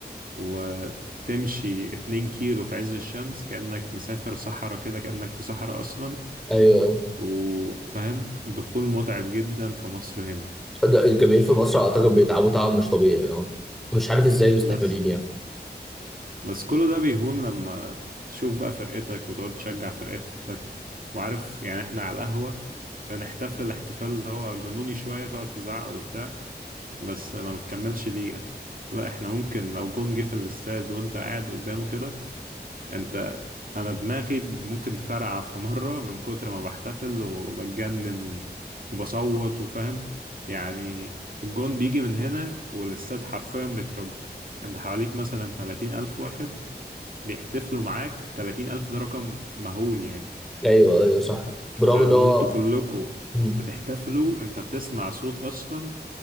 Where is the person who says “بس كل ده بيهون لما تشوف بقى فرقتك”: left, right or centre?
Right